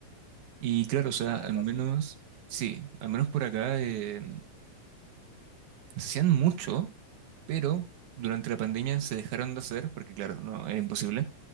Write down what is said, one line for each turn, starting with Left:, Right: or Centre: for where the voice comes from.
Right: Y claro, o sea,
Left: Ah,
Right: al
Left: algo así.
Right: menos, sí, al menos por acá... eh, no se hacían mucho, pero durante la pandemia se dejaron de hacer, porque claro, no, era imposible.